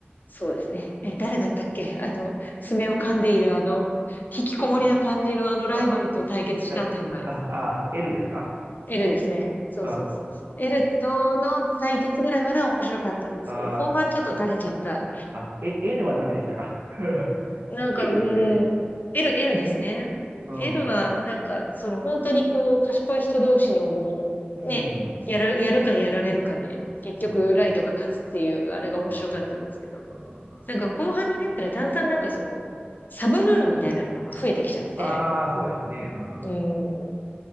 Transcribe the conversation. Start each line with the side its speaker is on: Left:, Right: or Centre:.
Left: そうですね。えー誰だったっけあの、爪を噛んでいるあの、引きこもりな感じのあのライバルと対決したあたりまで。
Right: ああ、え、え、ああ、L ですか
Left: エルですね。そうそうそうそう。
Right: あ
Left: エルとの対決ぐらいまでは面白かったんですけど、
Right: あ
Left: 後半ちょっと垂れちゃった。
Right: あ、あ、え N はダメでしたか。<laughs>
Left: なんか、
Right: N
Left: うーん、
Right: でしたよね。
Left: エル、エルですね。
Right: うん。
Left: エルは、なんか、その本当にこう、賢い人同士のもう、
Right: うん。
Left: ね、
Right: うん
Left: やる、やるかやられるかで、結局、
Right: うん。
Left: ライトが勝つっていう、あれが面白かったんですけど。
Right: あー、うん
Left: なんか後半になったらだんだんなんかその、サブルールみたいなのが増えてきちゃって、
Right: あー、そうですよね。うん。
Left: うん、